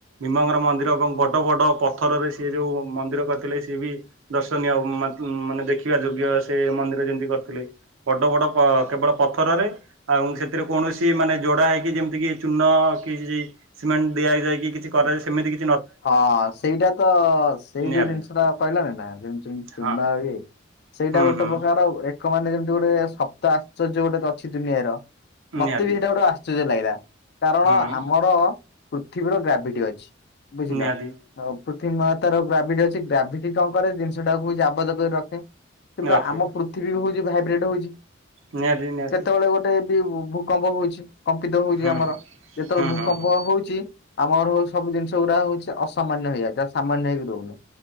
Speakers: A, on the right; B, on the left.
A: ଭୀମଙ୍କର ମନ୍ଦିର ଏବଂ ବଡ ବଡ ପଥରରେ ସିଏ ଯୋଉ ମନ୍ଦିର କରିଥିଲେ ସିଏ ବି ଦର୍ଶନୀୟ ମା-ମାନେ ଦେଖିବା ଯୋଗ୍ୟ ସେ ମନ୍ଦିର ଯେମତି କ ଥିଲେ ବଡ ବଡ ପ କେବଳ ପଥରରେ ଆଉ ସେଥିରେ କୌଣସି ମାନେ ଯୋଡା ହେଇକି ଯେମତି କି ଚୂନ କି ସିମେଣ୍ଟ ଦିଆ ଯାଇକି କିଛି କରାଯାଏ ସେମିତି କି
B: ହଁ ସେଇଟା ତ ସେଇ
A: ନିହାତି
B: ଯୋଉ ଜିନିଷ ଟା କଇଲନି ନା ଯେମିତି ଚୁନ
A: ହଁ
B: ଆଉ ଇଏ। ସେଇଟା
A: ହୁଁ
B: ଗୋଟେ
A: ହୁଁ
B: ପ୍ରକାର ଏ କ ମାନେ ଯେମିତି ଗୋଟେ ସପ୍ତ ଆଶ୍ଚର୍ଯ୍ୟ ଗୋଟେ ଅଛି ଦୁନିଆର
A: ନିହାତି
B: ମତେ ବି ହେଇଟା ଗୋଟେ ଆଶ୍ଚର୍ଯ୍ୟ ଲାଗିଲା। କାରଣ
A: ହୁଁ
B: ଆମର ପୃଥିବୀର ଗ୍ରାଭିଟି ଅଛି ବୁଝିଲ।
A: ନିହାତି
B: ପୃଥିବୀ ମାତାର ଗ୍ରାଭିଟି ଅଛି ଗ୍ରାଭିଟି କଣ କରେ ଜିନିଷଟାକୁ ବି ଜାବତ କରି ରଖେ। କିନ୍ତୁ
A: ରଖେ
B: ଆମ ପୃଥିବୀ ବି ହଉଛି ଭାଇବ୍ରେଟ ହଉଛି।
A: ନିହାତି ନିହାତି
B: କେତେବେଳେ ଗୋଟେ ଭୂକମ୍ପ ହଉଛି କମ୍ପିତ ହଉଛି
A: ହୁଁ
B: ଆମର ଯେତେବେଳେ
A: ହୁଁ
B: ଭୂକମ୍ପ
A: ହୁଁ ହୁଁ
B: ହଉଛି ଆମର ହଉ ସବୁ ଜିନି ଗୁଡା ହଉଛି ଅସାମାନ୍ୟ ହେଇଯାଇଏ ଯାହା ସାମାନ୍ୟ ହେଇକି ରହୁନି।